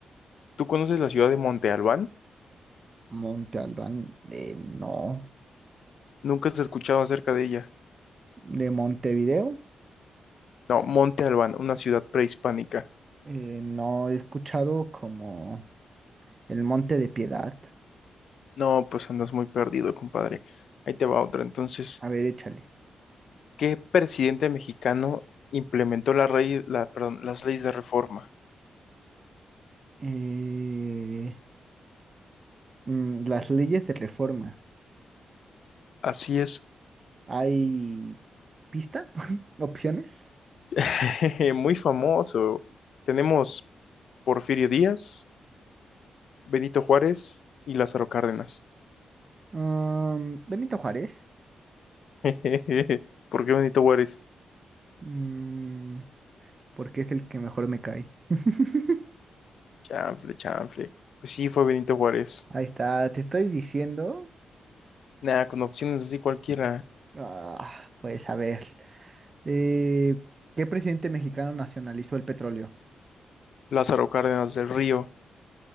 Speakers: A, on the left; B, on the right.
A: ¿tú conoces la ciudad de Monte Albán?
B: Monte Albán, eh, no.
A: Nunca has escuchado acerca de ella.
B: ¿De Montevideo?
A: No, Monte Albán, una ciudad prehispánica.
B: Eh, no he escuchado como El Monte de Piedad.
A: No, pues andas muy perdido, compadre. Ahí te va otra. Entonces,
B: A ver, échale.
A: ¿qué presidente mexicano implementó la rey- la- perdón, las leyes de reforma?
B: Eh, mm, las leyes de reforma.
A: Así es.
B: ¿Hay pista? <laughs> ¿Opciones?
A: <laughs> Muy famoso. Tenemos Porfirio Díaz, Benito Juárez y Lázaro Cárdenas.
B: Um, Benito Juárez.
A: <laughs> ¿Por qué Benito Juárez?
B: Mm, porque es el que mejor me cae. <laughs>
A: Chanfle, chanfle. Pues sí, fue Benito Juárez.
B: Ahí está, te estoy diciendo.
A: Nada, con opciones así cualquiera.
B: Ah, pues a ver. Eh, ¿qué presidente mexicano nacionalizó el petróleo?
A: Lázaro Cárdenas del Río.